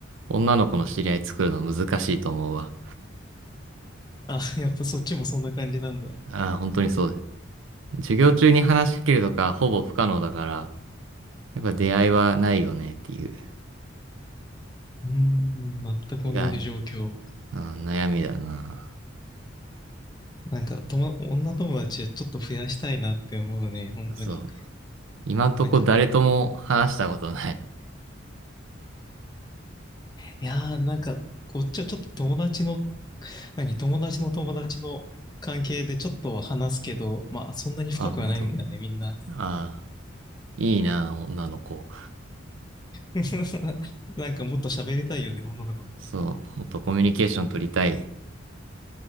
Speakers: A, on the right (about 75°); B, on the left (about 20°).
A: 女の子の知り合い作るの難しいと思うわ。
B: あ、やっぱそっちもそんな感じなんだ。
A: ああ、本当にそうです。授業中に話しかけるとかほぼ不可能だから、やっぱ出会いはないよねっていう、
B: うん、全く同じ状況。
A: が、うん、悩みだな。
B: なんか、とも、女友達はちょっと増やしたいなって思うね、本当に。
A: そう。今んとこ誰とも話したことない。
B: なんか、いやー、なんか、こっちはちょっと友達の、何、友達の友達の関係でちょっとは話すけど、まあ、そんなに深くはないんだよね、
A: あ、本当。
B: みんな。
A: ああ、いいな、女の子。
B: <laughs> なんかもっと喋りたいよね、女の子と。
A: そう、もっとコミュニケーション取りたい。